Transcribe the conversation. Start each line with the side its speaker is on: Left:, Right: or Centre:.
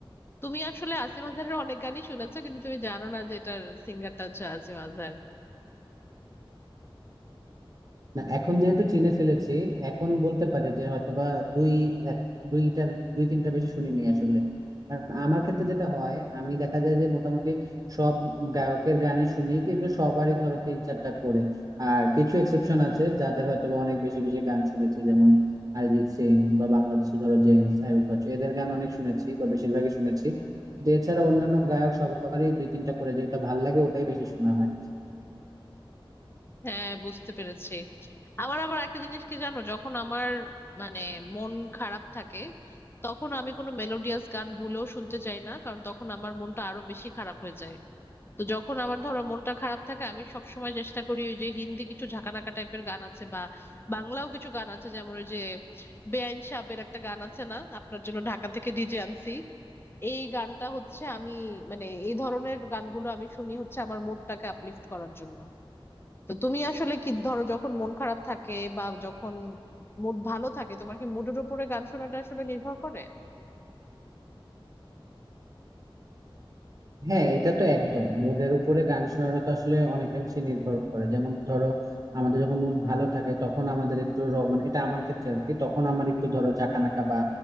Left: তুমি আসলে আসিফ আজহারের অনেক গানই শুনেছো কিন্তু তুমি জানো না যে এটার সিঙ্গারটা হচ্ছে আসিফ আজহার
Right: না এখন যেহেতু চিনে ফেলেছি এখন বলতে পারি যে হয়তোবা দুই এক- দুইটার দুই তিনটা বেশি শুনিনি আসলে কারণ আমার ক্ষেত্রে যেটা হয় আমি দেখা যায় যে মোটামুটি সব গায়কের গানই শুনি কিন্তু সবারই ধরো তিন চারটা করে আর কিছু এক্সেপশন আছে যাদের হয়তোবা অনেক বেশি বেশি গান শুনেছি যেমন অরিজিৎ সিং বা বাংলাদেশে ধরো জেমস আইয়ুব বাচ্চু এদের গান অনেক শুনেছি বা বেশিরভাগই শুনেছি তো এছাড়া অন্যান্য গায়ক সবারই দুই তিনটা করে যেটা ভাল লাগে ওটাই বেশি শোনা হয়
Left: হ্যাঁ বুঝতে পেরেছি আমার আবার একটা জিনিস কি জানো যখন আমার মানে মন খারাপ থাকে তখন আমি কোনো মেলোডিয়াস গান ভুলেও শুনতে চাই না কারণ তখন আমার মনটা আরো বেশি খারাপ হয়ে যায় তো যখন আমার ধরো মনটা খারাপ থাকে আমি সবসময় চেষ্টা করি ওই যে হিন্দি কিছু ঝাঁকানাকা টাইপের গান আছে বা বাংলাও কিছু গান আছে যেমন ওই যে বেআইন সাহেবের একটা গান আছে না আপনার জন্য ঢাকা থেকে ডিজে আনছি এই গানটা হচ্ছে আমি মানে এই ধরনের গানগুলো আমি শুনি হচ্ছে আমার মুডটাকে আপলিফট করার জন্য তো তুমি আসলে কি ধরো যখন মন খারাপ থাকে বা যখন মুড ভালো থাকে তোমার কি মুডের উপরে গান শোনাটা আসলে নির্ভর করে
Right: হ্যাঁ এটা তো একদম মুডের উপরে গান শোনাটা তো আসলে অনেকাংশে নির্ভর করে যেমন ধরো আমাদের যখন মুড ভালো থাকে তখন আমাদের একটু রক মানে এটা আমার ক্ষেত্রে আর কি তখন আমার একটু ধরো ঝাঁকানাকা বা